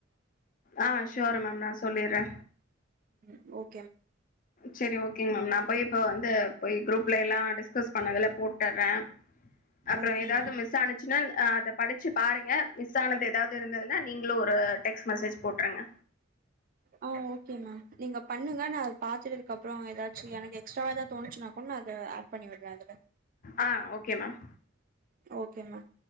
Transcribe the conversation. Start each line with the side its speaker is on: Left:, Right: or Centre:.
Left: ஆ சுயர் மேம் நா சொல்லிட்றே
Right: ஓக்
Left: செரி ஓகேங் மேம் நா போய் இப்ப வந்து போய் குரூப்லே எல்லா டிஸ்கஸ் பண்ணதுல போட் ஆ அ அப்புறோ
Right: ஓகே
Left: ஏதாவது
Right: மேம்
Left: மிஸ் ஆனுச்சுன்னா ஆ அத படிச்சு பாருங்க மிஸ் ஆனது ஏதாவது இருந்ததுன்னா நீங்களு ஒரு டெக்ட் மெசேஜ் போட்டுருங்க
Right: ஆ ஓகே மேம் நீங்க பண்ணுங்க நா அத பாத்துட்டதுக்கு அப்புறோ ஏதாச்சு எனக்கு எக்ஸ்ட்ரா ஏதா தோனுச்சுனா கூட நா அத ஆட் பண்ணி விட்றே அதுல
Left: ஆ okay ma'am
Right: okay ma'am